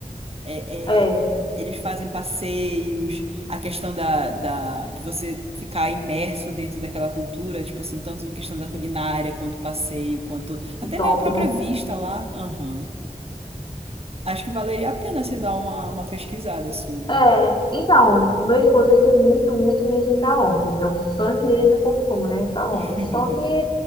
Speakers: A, on the right; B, on the left.
A: é,
B: é,
A: é, eles fazem passeios, a questão da, da, de você ficar imerso dentro daquela cultura, tipo assim, tanto a questão da culinária, quanto passeio, quanto até
B: o toque,
A: minha própria
B: né?
A: vista lá. Aham. Acho que valeria a pena você dar uma, uma pesquisada sobre.
B: É, então, meu esposo ele quer muito, muito mesmo ir pra Londres. É o sonho dele de consumo, né? Ir pra
A: <laughs>
B: Londres. Só que